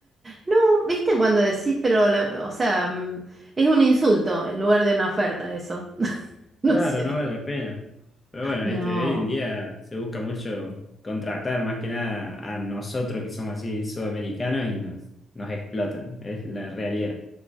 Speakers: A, on the right; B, on the left.
A: No, ¿viste cuando decís, pero, la- o sea, mm, es un insulto en lugar de una oferta eso? <laughs> No
B: Claro,
A: sé.
B: no vale la pena. Pero bueno,
A: No.
B: viste, hoy en día se busca mucho contratar más que nada a nosotros que somos así sudamericanos y nos, nos explotan. Es la realidad.